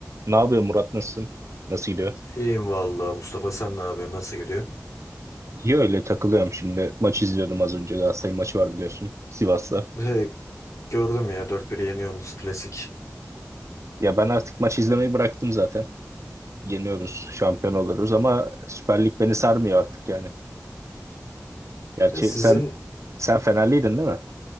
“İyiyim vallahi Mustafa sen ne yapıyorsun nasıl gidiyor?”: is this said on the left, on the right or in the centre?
Left